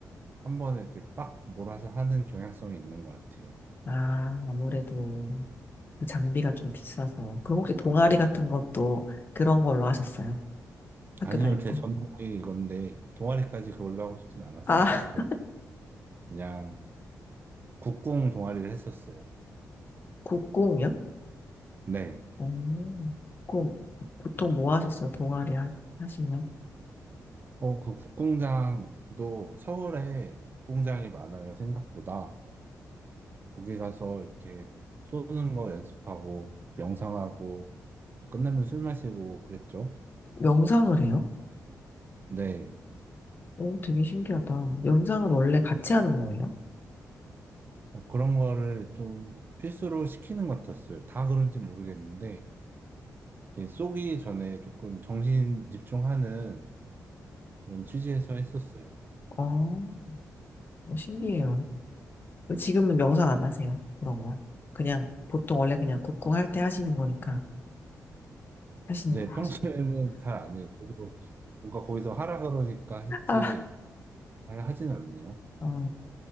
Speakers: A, on the right; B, on the left.
A: 한 번에 이렇게 빡 몰아서 하는 경향성이 있는 것 같아요.
B: 아, 아무래도 그 장비가 좀 비싸서. 그럼 혹시 동아리 같은 것도 그런 걸로 하셨어요? 학교
A: 아니요,
B: 다니고?
A: 제 전공이 이건데 동아리까지 그걸로 하고 싶진 않았어요.
B: 아,
A: 저는
B: <laughs>
A: 그냥 국궁 동아리를 했었어요.
B: 국공이요?
A: 네.
B: 오 그럼 보통 뭐 하셨어요? 동아리 하, 하시면?
A: 어, 그 국궁장도 서울에 국궁장이 많아요, 생각보다. 거기 가서 이렇게 쏘는 거 연습하고 명상하고 뭐 끝나면 술 마시고 그랬죠.
B: 명상을 해요?
A: 네.
B: 오, 되게 신기하다. 명상은 원래 같이 하는 거예요?
A: 어, 그런 거를 좀 필수로 시키는 것 같았어요. 다 그런지 모르겠는데 이렇게 쏘기 전에 조금 정신 집중하는 그런 취지에서 했었어요.
B: 어, 어, 신기해요. 지금은 명상 안 하세요? 그런 거. 그냥, 보통 원래 그냥 국궁 할 때 하시는 거니까. 하시는,
A: 네,
B: 거 하시,
A: 평소에는 잘 안 해요. 그리고 뭔가 거기서 하라 그러니까 했지
B: 아,
A: 잘 하진 않네요.
B: 어.